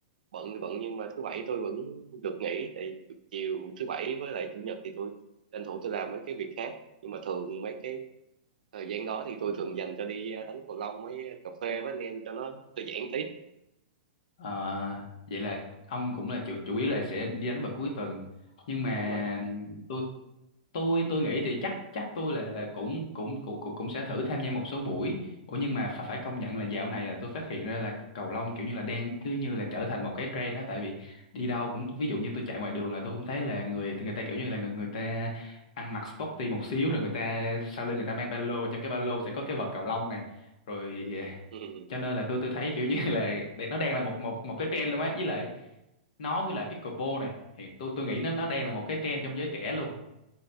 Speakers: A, on the right; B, on the left.
A: bận thì bận nhưng mà thứ bảy tôi vẫn được nghỉ tại chiều thứ bảy với lại chủ nhật thì tôi tranh thủ tôi làm mấy cái việc khác nhưng mà thường mấy cái thời gian đó thì tôi thường dành cho đi ờ, đánh cầu lông với cà phê với anh em cho nó thư giãn tí
B: ờ, vậy là ông cũng là chủ, chủ yếu là sẽ đi đánh vào cuối tuần nhưng mà
A: đúng rồi
B: tôi tôi tôi nghĩ thì chắc chắc tôi là cũng cũng cũng cũng cũng sẽ thử tham gia một số buổi ủa nhưng mà phải phải công nhận là dạo này là tôi phát hiện ra là cầu lông kiểu như là đang cứ như là trở thành một cái trend đó tại vì đi đâu cũng ví dụ như tôi chạy ngoài đường là tôi cũng thấy là người người ta kiểu như là người người ta ăn mặc sporty một xíu rồi người ta sau lưng người ta mang ba lô trong cái ba lô sẽ có cái vợt cầu lông này rồi
A: ừ, ừ,
B: cho nên là tôi tôi thấy kiểu như là để- nó đang là một một một cái trend luôn á với lại nó với lại pickleball này thì tôi tôi nghĩ nó nó đang là một cái trend trong giới trẻ luôn